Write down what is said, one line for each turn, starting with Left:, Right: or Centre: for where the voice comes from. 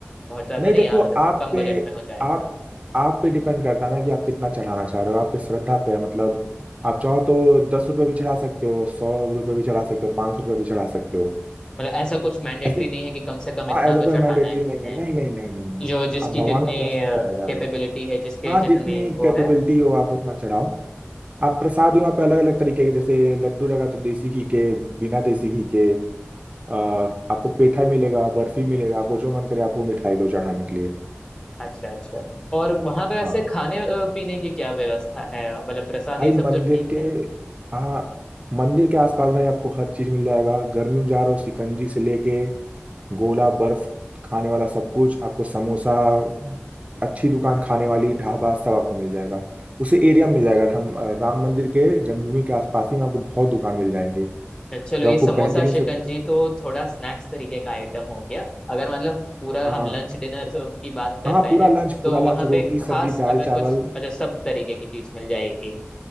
Left: बहुत ज्यादा
Right: नहीं
Left: नहीं
Right: देखो
Left: अ, मतलब
Right: आप
Left: कम
Right: पे
Left: बजट में हो जाएगा
Right: आप आप पे डिपेंड करता है ना कि आप कितना चढ़ाना चाह रहे हो आपकी श्रद्धा पे है मतलब आप चाहो तो दस रुपये भी चढ़ा सकते हो सौ रुपये भी चढ़ा सकते हो पाँच सौ रुपये भी चढ़ा सकते हो
Left: मतलब ऐसा कुछ मैंडेटरी
Right: ऐसे
Left: नहीं है कि कम से कम
Right: हाँ
Left: इतना
Right: ऐसा
Left: तो
Right: कोई
Left: चढ़ाना
Right: मैंडेटरी
Left: ही
Right: नहीं
Left: है
Right: है नहीं नहीं नहीं नहीं नहीं
Left: जो जिसकी
Right: आप भगवान
Left: जितनी
Right: का दर्शन करने जा
Left: कैपेबिलिटी
Right: रहे हो
Left: है जिसके
Right: हाँ
Left: जितनी
Right: जितनी
Left: वो
Right: कैपेबिलिटी
Left: है
Right: हो आप उतना चढ़ाओ आप प्रसाद भी वहाँ पे अलग अलग तरीके के जैसे लड्डू लगा तो देसी घी के बिना देसी घी के अ, आपको पेठा मिलेगा बर्फी मिलेगा आपको जो मन करे आपको मिठाई लो चढ़ाने के लिए
Left: अच्छा अच्छा और वहां पे वैसे
Right: हाँ
Left: खाने अ, पीने की क्या व्यवस्था है मतलब प्रसाद
Right: भाई
Left: ये सब
Right: मंदिर
Left: तो ठीक
Right: के
Left: है
Right: हाँ मंदिर के आसपास भाई आपको हर चीज मिल जाएगा गर्मी में जा रहे हो शिकंजी से लेके गोला बर्फ खाने वाला सब कुछ आपको समोसा अच्छी दुकान खाने वाली ढाबा सब आपको मिल जाएगा उसे
Left: एक-
Right: एरिया में मिल जाएगा हम राम मंदिर के जन्मभूमि के आसपास ही में आपको बहुत दुकान मिल जाएंगे
Left: चलो
Right: जो
Left: ये
Right: आपको
Left: समोसा
Right: बेहतरीन
Left: शिकंजी
Right: से
Left: तो थोड़ा स्नैक्स तरीके का आइटम हो गया अगर मतलब पूरा
Right: हाँ
Left: हम लंच डिनर की बात कर
Right: हाँ
Left: रहे
Right: पूरा
Left: हैं
Right: लंच
Left: तो
Right: पूरा लंच
Left: वहां पे
Right: रोटी
Left: खास
Right: सब्जी दाल
Left: अगर
Right: चावल
Left: कुछ अच्छा सब तरीके की चीज मिल जाएगी